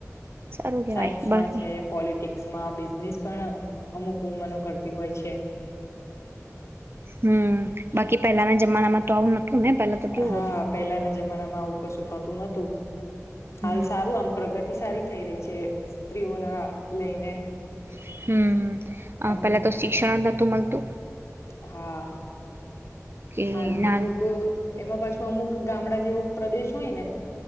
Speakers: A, on the right; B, on the left.
A: સારું કેવાય
B: સાયન્સમાં
A: બાકી
B: છે પોલિટિક્સ બિઝનેસ પણ અમુક વુંમનો કરતી હોય છે
A: હમ બાકી પહેલાના જમાનામાં તો આવું નતું ને પેલા તો કેવું
B: હા
A: હતું
B: પેલાના જમાનામાં આવું કશું થતું નતું હાલ
A: હમ
B: સારું આમ પ્રગતિ સારી થઈ રહી છે સ્ત્રીઓ ના લઈને
A: <inaudible> હમ
B: એમનું
A: પેલા તો શિક્ષણ જ નતું મળતું
B: હા.
A: કે
B: હાલ ભી
A: ના
B: અમુક. એમાં પાછું અમુક ગામડા જેવો. પ્રદેશ હોય ને